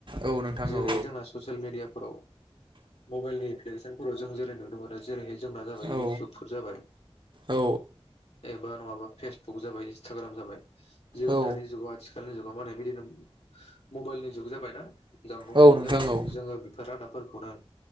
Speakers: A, on the right (about 50°); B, on the left (about 80°).
A: औ नोंथां
B: जेरैहाय
A: औ
B: जोंना ससियेल मेदियाफोराव मबेल <unintelligible> फोराव जों जेरै नुनो मोनो जेरैहाय जोंना जाबाय
A: औ
B: इउटुबफोर जाबाय
A: औ
B: एबा नङाबा फेसबुक जाबाय इन्सटाग्राम जाबाय जों
A: औ
B: दानि जुगाव आथिखालनि जुगाव माने बिदिनो मबायलनि जुग जाबायना जानबुंनि
A: औ
B: जुग
A: नोंथां
B: जाबाय
A: औ
B: जोङो बेफोर रादाबफोरखौनो